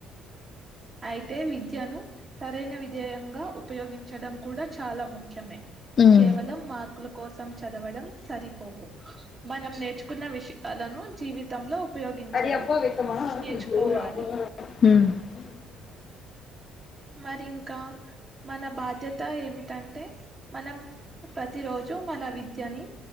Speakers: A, on the right; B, on the left.
A: అయితే విద్యను సరైన వి అధ్యయంగా ఉపయోగించడం కూడా చాలా ముఖ్యమే
B: హ్మ్
A: కేవలం మార్కుల కోసం చదవడం సరిపోదు మనం నేర్చుకున్న విష వాళ్ళను జీవితంలో ఉపయోగించడం
B: ఉమ్
A: నేర్చుకోవాలి
B: అ
A: మరి ఇంకా మన బాధ్యత ఏమిటంటే మనం ప్రతి రోజు మన వి ద్యని